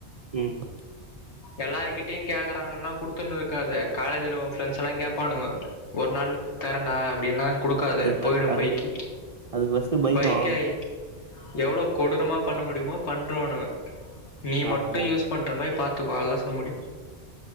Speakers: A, on the right; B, on the left.
A: ம்
B: எல்லார்கிட்டியும் கேக்குறாங்கன குடுத்துன்னு இருக்காத காலேஜில உ ஃப்ரெண்ட்ஸ்லா கேப்பானுங்க ஒரு நாள் தரண்டா அப்படின்னா குடுக்காத
A: அதுக்கு
B: போயிடு
A: ஃபஸ் அது
B: பைக்கி
A: அதுக்கு ஃபஸ்ட்டு பைக்
B: பைக்கயி
A: வாங்கணு
B: எவ்ளோ கொடூரமா பண்ணமுடியுமோ பண்றோனுங்க நீ
A: ஆமா
B: மட்டும்
A: ஆமா
B: யூஸ் பண்ற மாரிப் பாத்துகோ ஆல்த சொல்ல முடியு